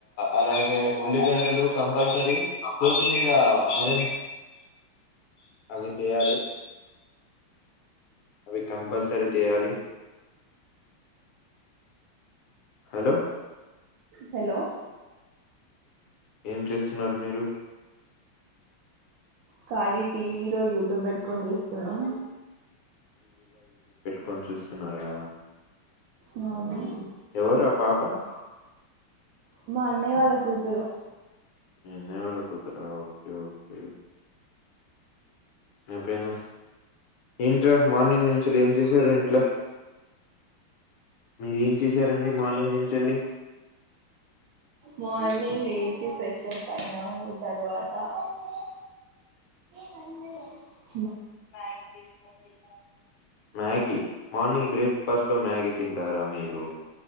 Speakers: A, on the left; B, on the right.
A: అలాగే ఉల్లిగడ్డలు కంపల్సరీ కొత్తిమీర మర అవితేవాలి అవి కంపల్సరీ తీయాలి హలో
B: హలో
A: ఏం చేస్తున్నారు మీరు
B: ఖాళీ టీవీ లో యూట్యూబ్ పెట్టుకని ఇస్తున్నాం
A: కొంచ చూస్తున్నారా
B: నూనీ
A: ఎవరు ఆ పాప <unintelligible>
B: మా అన్నయ్య వాళ్ళ కూతురు
A: ఎన్నే వాళ్ళ కూతురా ఓకే ఓకే అయిపోయింద ఏంట మార్నింగ్ నుంచి ఏం చేశారు ఇంట్లో మీరు ఏం చేస సరండి మార్నింగ్ నుంచి వెళ్ళి
B: మార్నింగ్ లేచ ఫ్రెష్ప్ అయినాము తరువాత అ కన్నద <unintelligible>
A: మ్యాగి చేసుకుని తిన్నాము మ్యాగీ మార్నింగ్ బ్రేక్ఫాస్ట్ లో మ్యాగీ తింటారా మీరు